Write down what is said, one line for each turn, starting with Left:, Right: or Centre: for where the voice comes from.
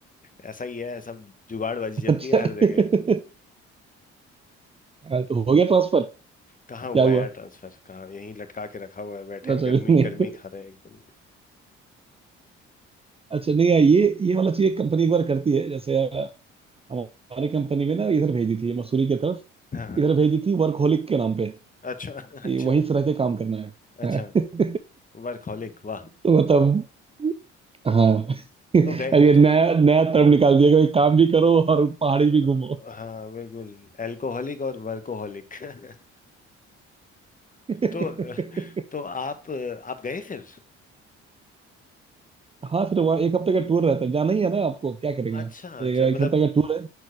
Left: <laughs> ऐसा ही है सब जुगाड़बाजी चलती
Right: अच्छा
Left: है हर
Right: <laughs>
Left: जगह
Right: हाँ, तो हो गया ट्रांसफर
Left: कहाँ हुआ
Right: क्या हुआ
Left: है यार ट्रांसफर कहाँ यहीं लटका के रखा हुआ है बैठे
Right: अच्छा
Left: हैं गर्मी
Right: <laughs> नहीं
Left: गर्मी खा रहे हैं एकदम
Right: अच्छा नहीं यार, ये ये वाला चीज एक कंपनी एक बार करती है जैसे अ, हमारी कंपनी में ना इधर भेजी थी मसूरी की तरफ
Left: हाँ
Right: इधर भेजी थी वर्कहोलिक के नाम पे
Left: अच्छा <laughs>
Right: ये
Left: अच्छा
Right: वहीं से रह के काम करना
Left: अच्छा
Right: है <laughs>
Left: वर्कहोलिक वाह
Right: तो मतलब हाँ <laughs> अब
Left: तो गए
Right: ये नया
Left: तो
Right: नया टर्म निकाल दिया कि काम भी करो और पहाड़ी
Left: अ,
Right: भी घूमो
Left: हाँ बिल्कुल एल्कोहलिक और वर्कोहलिक <laughs>
Right: <laughs>
Left: तो तो आप आप गए फिर
Right: हाँ फिर वहाँ एक हफ्ते का टूर रहता है जाना ही है ना आपको क्या करेंगे
Left: अच्छा
Right: आप एक,
Left: अच्छा
Right: एक
Left: मतलब
Right: हफ्ते का टूर है